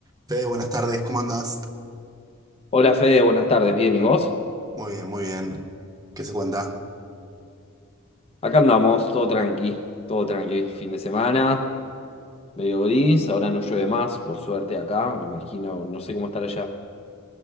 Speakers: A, on the right (about 20°); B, on the left (about 30°).
A: Fede, buenas tardes, ¿cómo andás?
B: Hola Fede, buenas tardes, bien, ¿y vos?
A: Muy bien, muy bien. ¿Qué se cuenta?
B: Acá andamos, todo tranqui, todo tranqui, fin de semana, medio gris, ahora no llueve más, por suerte acá, me imagino, no sé cómo estar allá.